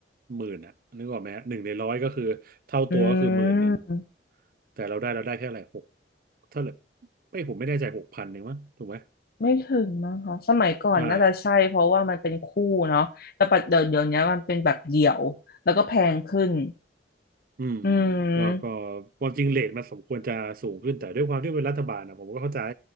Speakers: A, on the right; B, on the left.
A: หมื่นอ่ะนึกออกไหมฮะหนึ่งในร้อยก็คือเท่าตัวก็คือหมื่นหนึ่ง
B: อืม
A: แต่เราได้เราได้แค่อะไหรหกเท่าไหร่ไม่ผมไม่แน่ใจหกพันเองมั้งถูกไหม
B: ไม่ถึงมั้งคะสมัยก่อนน่าจะใช่เพราะว่ามันเป็นคู่เนาะแต่ปัจเดี๋ยวเดี๋ยวนี้มันเป็นแบบเดี่ยวแล้วก็แพงขึ้น
A: อ่า อืม
B: อืม
A: ก็ก็ความจริงเรทมันสมควรจะสูงขึ้นแต่ด้วยความที่เป็นรัฐบาลนะผมก็เข้าใจ